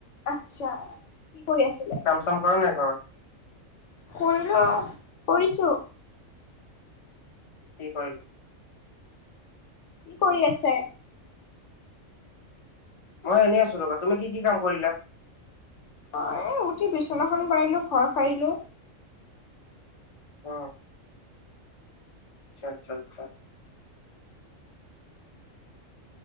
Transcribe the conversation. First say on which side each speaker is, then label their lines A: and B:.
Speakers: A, on the left; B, on the left.
A: আচ্ছা, কি কৰি আছিলে।
B: কাম চাম কৰা নাই ঘৰত?
A: কৰিলো, কৰিছো।
B: কি কৰিলো?
A: কি কৰি আছে?
B: মই এনেই আছোঁ ৰ'বা। তুমি কি কি কাম কৰিলা?
A: অ' এই উঠি বিচনাখন পাৰিলোঁ, ঘৰ সাৰিলো।
B: অ'। আইচ্ছা আচ্ছা আচ্ছা।